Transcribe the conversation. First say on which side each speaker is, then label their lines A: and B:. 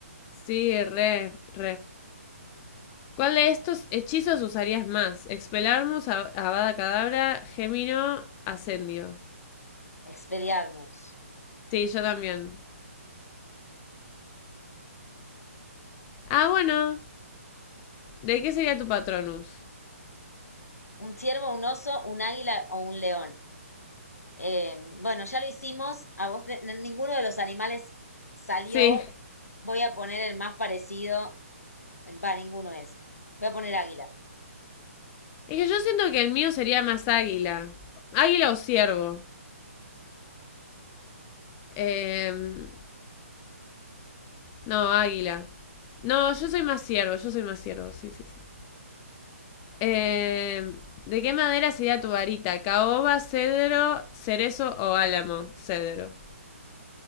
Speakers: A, on the left (about 20°); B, on the left (about 80°).
A: Sí, re, re. ¿Cuál de estos hechizos usarías más? Expelarmus, Ab- Avada Cadabra, Gémino, Ascendio.
B: Expelliarmus.
A: Sí, yo también. Ah, bueno. ¿De qué sería tu Patronus?
B: Un ciervo, un oso, un águila o un león. Eh, bueno, ya lo hicimos. A vos te- ninguno de los animales salió.
A: Sí.
B: Voy a poner el más parecido. Va, ninguno es. Voy a poner águila.
A: Es que yo siento que el mío sería más águila. Águila o ciervo. Em, no, águila. No, yo soy más ciervo, yo soy más ciervo, sí, sí, sí. Eh, ¿de qué madera sería tu varita? ¿Caoba, cedro, cerezo o álamo? Cedro.